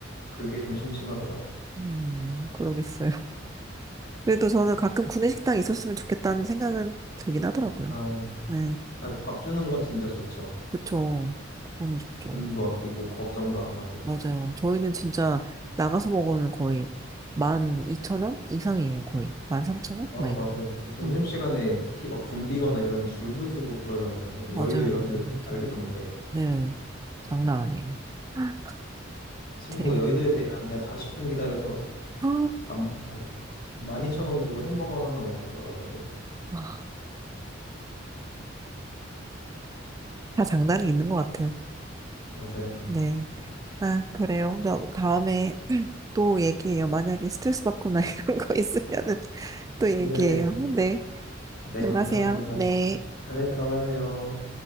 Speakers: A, on the left (about 50°); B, on the right (about 20°).
A: 그게 좀 심심하더라고요.
B: 음, 그러겠어요. 그래도 저는 가끔 구내식당 있었으면 좋겠다는 생각은 들긴 하더라고요.
A: 아,
B: 네,
A: 아, 밥 주는 건 진짜 좋죠.
B: 그쵸. 너무 좋죠.
A: 돈도 아끼고 걱정도 안 하고.
B: 맞아요. 저희는 진짜 나가서 먹으면 거의 만 이천 원 이상이에요. 거의 만 삼천 원?
A: 아,
B: 막 이래요.
A: 맞아요. 점심시간에
B: 음,
A: 특히 막 붐비거나 이러면 줄도 서고 그러잖아요. 막
B: 맞아요.
A: 여의도 이런
B: 맞아요.
A: 데
B: 맞아요.
A: 난리던데.
B: 네. 장난 아니에요. 아,
A: 친구가
B: 되게
A: 여의도에서 일하는데 40분 기다려서
B: 아,
A: 밥 어, 먹고 12,000원 주고 햄버거 하나 먹었다 그러던데요.
B: 아, 다 장단이 있는 것 같아요.
A: 맞아요.
B: 네. 아, 그래요. 나 다음에 또 얘기해요. 만약에 스트레스 받거나 <laughs> 이런 거 있으면은 또 얘기해요.
A: 네네.
B: 네.
A: 네,
B: 들어가세요.
A: 감사합니다.
B: 네.
A: 안에 들어가세요.